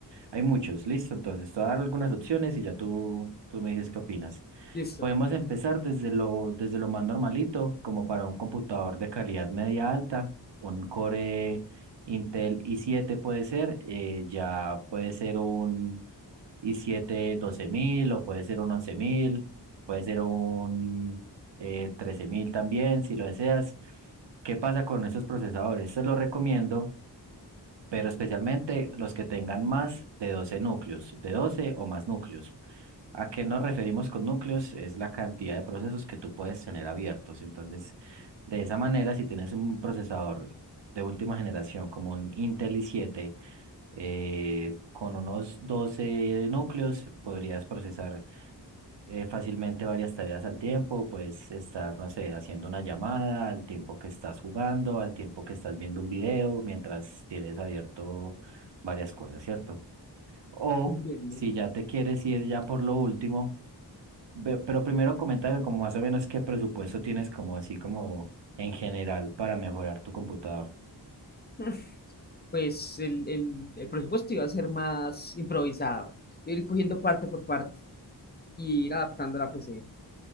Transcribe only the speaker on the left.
listo.
Entiendo.
<laughs> Pues el, el, el presupuesto iba a ser más improvisado. Ir cogiendo parte por parte y ir adaptando la PC.